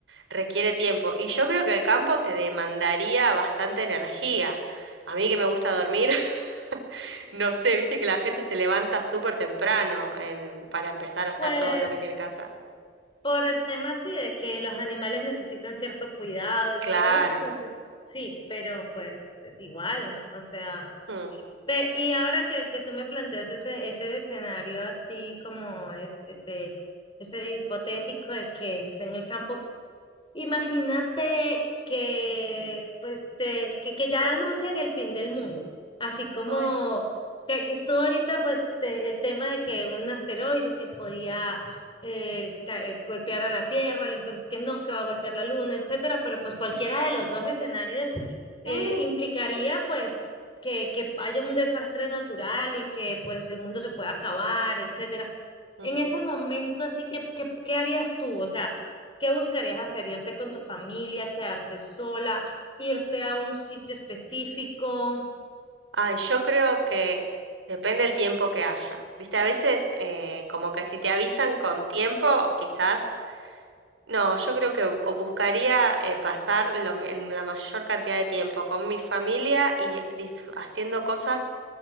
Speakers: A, on the right; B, on the left.
A: requiere tiempo y yo creo que el campo te demandaría bastante energía. A mí que me gusta dormir, <laughs> no sé, viste que la gente se levanta súper temprano en- para empezar a hacer
B: Pues
A: todo lo que tiene que hacer.
B: Por el tema así de que los animales necesitan cierto cuidado y
A: Claro.
B: todo eso, entonces sí, pero pues es igual, o sea,
A: Mm.
B: ve, y ahora que, que tú me planteas ese, ese escenario así como es, este, ese hipotético de que esté en el campo Imagínate que, pues, te- que, que ya anuncian el fin del mundo, así como
A: Ay.
B: que, que estuvo ahorita, pues, te- el tema de que un asteroide que podía eh, ca- eh, golpear a la Tierra, y entonces que no, que va a golpear la Luna, etcétera, pero pues cualquiera de los dos escenarios
A: Mm.
B: eh, implicaría, pues, que, que haya un desastre natural y que, pues, el mundo se pueda acabar, etcétera.
A: Ujú.
B: En ese momento, así que, ¿qué, qué harías tú? O sea, ¿Qué buscarías hacer? ¿Irte con tu familia, quedarte sola, irte a un sitio específico?
A: Ay, yo creo que depende el tiempo que haya. Viste, a veces eh, como que si te avisan con tiempo, quizás... No, yo creo que o buscaría eh, pasar lo m- el- la mayor cantidad de tiempo con mi familia y dis- haciendo cosas